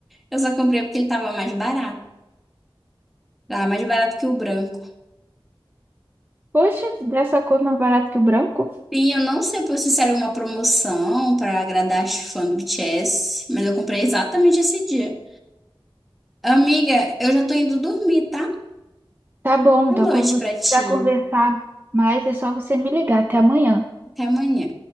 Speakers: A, in the centre; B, on the right.
A: Eu só comprei porque ele tava mais barato. Tava mais barato que o branco.
B: Poxa, dessa cor mais barata que o branco?
A: Sim, eu não sei se isso era uma promoção para agradar as fãs do BTS, mas eu comprei exatamente esse dia. Amiga, eu já tô indo dormir, tá?
B: Tá bom,
A: Boa
B: então quando
A: noite
B: você
A: pra
B: quiser
A: ti.
B: conversar mais, é só você me ligar. Até amanhã.
A: Até amanhã.